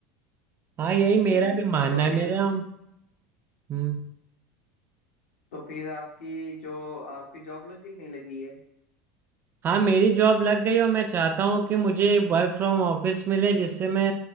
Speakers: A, on the right; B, on the left.
A: हाँ यही मेरा
B: तो
A: भी मानना
B: तो
A: है
B: फिर
A: मेरा हम्म
B: तो फिर आपकी जो आपकी जॉब लग गई कि नहीं लगी
A: हाँ मेरी जॉब लग गई और मैं चाहता हूँ कि मुझे वर्क फ्रॉम ऑफिस मिले जिससे मैं